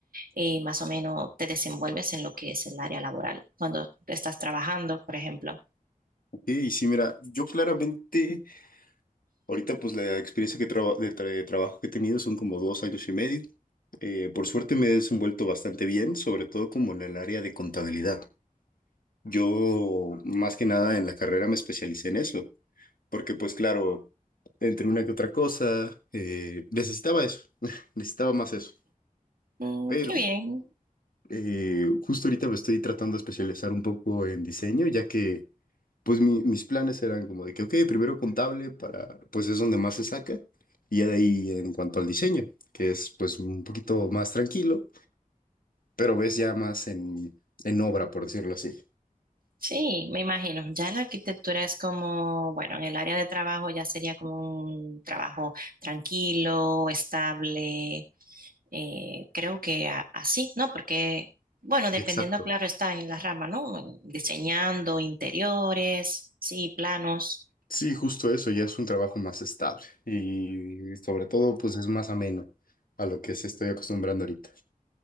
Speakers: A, on the right; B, on the left.
A: eh, más o menos te desenvuelves en lo que es el área laboral cuando estás trabajando, por ejemplo?
B: Y sí, mira, yo claramente, ahorita pues la experiencia que traba- de, tra- de trabajo que he tenido son como dos años y medio. Eh, por suerte me he desenvuelto bastante bien, sobre todo como en el área de contabilidad. Yo más que nada en la carrera me especialicé en eso, porque pues claro, entre una que otra cosa, eh, necesitaba eso, <laughs> necesitaba más eso.
A: Mm,
B: Pero
A: qué bien.
B: eh, justo ahorita me estoy tratando de especializar un poco en diseño, ya que... Pues mi- mis planes eran como de que, ok, primero contable para, pues es donde más se saca, y ya de ahí en cuanto al diseño, que es pues un poquito más tranquilo, pero ves ya más en, en obra, por decirlo así.
A: Sí, me imagino. Ya la arquitectura es como, bueno, en el área de trabajo ya sería como un trabajo tranquilo, estable, Eh, creo que a- así, ¿no? Porque, bueno, dependiendo,
B: Exacto.
A: claro, está en la rama, ¿no? En Diseñando interiores, sí, planos.
B: Sí, justo eso, ya es un trabajo más estable y sobre todo pues es más ameno a lo que se estoy acostumbrando ahorita.